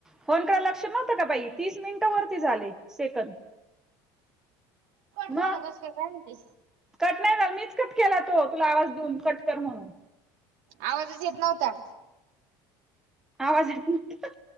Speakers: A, in the centre; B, on the right.
A: Phone केला? लक्ष नव्हतं का बाई तीस मिनिट वरती झाले सेकंद
B: मला
A: मग
B: कस काय होती
A: कट नाही झाला मीच कट केला तो तुला आवाज देऊन कट कर म्हणून
B: आवाजच येत नव्हता.
A: आवाज येत